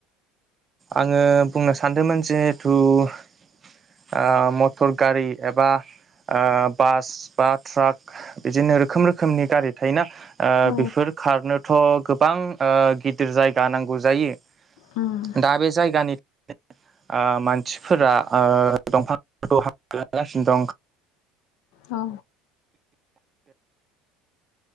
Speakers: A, on the right (about 20°); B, on the left (about 70°).
A: आङो बुंनो सानदोंमोन जिहथु आ मटर गारि एबा ओ बास बा ट्राक बिदिनो रोखोम रोखोमनि गारि थायोना ओ
B: औ
A: बेफोर खारनोथ' गोबां ओ गिदिर जायगा नांगौ जायो।
B: उम।
A: दा बे जायगानि ओ मानसिफोरा ओ दंफांफोरखौ हागासिनो दं।
B: औ।